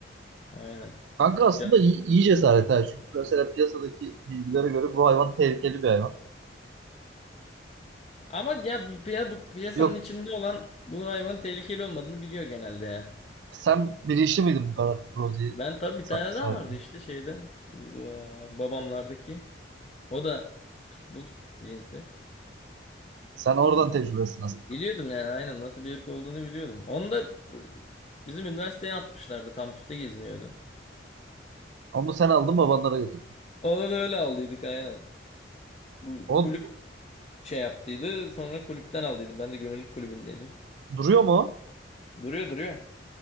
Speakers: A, on the left (about 35°); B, on the right (about 70°).
A: Aynen.
B: Kanka aslında
A: Jasper.
B: iyi, iyi cesaret ha. Çünkü mesela piyasadaki bilgilere göre bu hayvan tehlikeli bir hayvan.
A: Ama ya bir piya- bu piyasanın
B: Yok
A: içinde olan bu hayvanın tehlikeli olmadığını biliyor genelde ya.
B: sen bilinçli miydin bu kadar Rozi'yi
A: Ben tabii
B: sa-
A: bir tane
B: sahiplen?
A: daha vardı işte şeyde. Ee, Babamlardaki. O da pitbull cinsi.
B: Sen oradan tecrübesin aslında.
A: Biliyordum yani aynen nasıl bir ırk olduğunu biliyordum. Onu da e, bizim üniversiteye atmışlardı. Kampüste geziniyordu.
B: Onu sen aldın babanlara götürdün.
A: Ona da öyle aldıydık aynen. Bu
B: O
A: kulüp şey yaptıydı. Sonra kulüpten aldıydım. Ben de gönüllülük kulübündeydim.
B: duruyor mu o?
A: Duruyor duruyor.